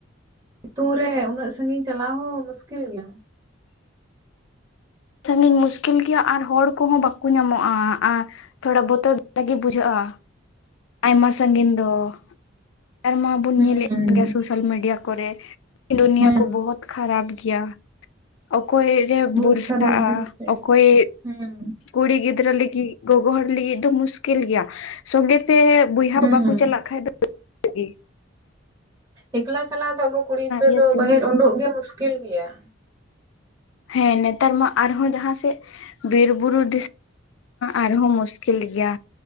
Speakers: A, on the right; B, on the left.
A: ᱥᱤᱛᱩᱝ ᱨᱮ ᱩᱱᱟᱹᱜ ᱥᱟᱺᱜᱤᱧ ᱪᱟᱞᱟᱣ ᱦᱚᱸ ᱢᱩᱥᱠᱤᱞ ᱜᱮᱭᱟ᱾
B: ᱥᱟᱺᱜᱤᱧ ᱢᱩᱥᱠᱤᱞ ᱜᱮᱭᱟ᱾ ᱟᱨ ᱦᱚᱲ ᱠᱚᱦᱚᱸ ᱵᱟᱠᱚ ᱧᱟᱢᱚᱜᱼᱟ, ᱟᱨ ᱛᱷᱚᱲᱟ ᱵᱚᱛᱚᱨ ᱫᱷᱟᱨᱟᱜᱤ ᱵᱩᱡᱷᱟᱹᱜᱼᱟ᱾ ᱟᱭᱢᱟ ᱥᱟᱺᱜᱤᱧ ᱫᱚ᱾ ᱱᱮᱛᱟᱨ ᱢᱟ ᱵᱚᱱ
A: ᱦᱮᱸ
B: ᱧᱮᱞᱮᱫ ᱠᱟᱱ ᱜᱮᱭᱟ ᱥᱳᱥᱟᱞ ᱢᱤᱰᱤᱭᱟ ᱠᱚᱨᱮ ᱫᱩᱱᱤᱭᱟᱹ
A: ᱦᱮᱸ
B: ᱠᱚ ᱵᱚᱦᱚᱛ ᱠᱷᱟᱨᱟᱯ ᱜᱮᱭᱟ ᱾ ᱚᱠᱚᱭ ᱨᱮᱢ
A: ᱵᱚᱦᱩᱛ
B: ᱵᱚᱨᱥᱟᱜᱼᱟ
A: ᱠᱷᱟᱨᱟᱯ ᱜᱮᱭᱟ ᱥᱮ
B: ᱚᱠᱚᱭ
A: ᱦᱮᱸ
B: ᱠᱩᱲᱤ ᱜᱤᱫᱽᱨᱟᱹ ᱞᱟᱹᱜᱤᱫ ᱜᱚᱜᱚ ᱦᱚᱲ ᱞᱟᱹᱜᱤᱫ ᱫᱚ ᱢᱩᱥᱠᱤᱞ ᱜᱮᱭᱟ ᱥᱚᱝᱜᱤᱛ ᱛᱮ ᱵᱚᱭᱦᱟ
A: ᱦᱮᱸ
B: ᱠᱚ ᱵᱟᱠᱚ ᱪᱟᱞᱟᱜ ᱠᱷᱟᱡ ᱫᱚ ᱵᱚᱛᱚᱨ ᱜᱤ᱾
A: ᱮᱠᱞᱟ ᱪᱟᱞᱟᱣ ᱫᱚ ᱟᱵᱚ ᱠᱩᱲᱤ ᱜᱤᱫᱽᱨᱟᱹ
B: ᱤᱭᱟᱹᱛᱮ
A: ᱫᱚ ᱵᱟᱦᱮᱨ ᱩᱳᱰᱳᱚᱜ ᱜᱮ ᱢᱩᱥᱠᱤᱞ ᱜᱮᱭᱟ᱾
B: ᱦᱮᱸ ᱱᱮᱛᱟᱨ ᱢᱟ ᱟᱨᱦᱚᱸ ᱡᱟᱦᱟᱸᱥᱮᱜ ᱵᱤᱨ ᱵᱩᱨᱩ ᱟᱨᱦᱚᱸ ᱢᱩᱥᱠᱤᱞ ᱜᱮᱭᱟ᱾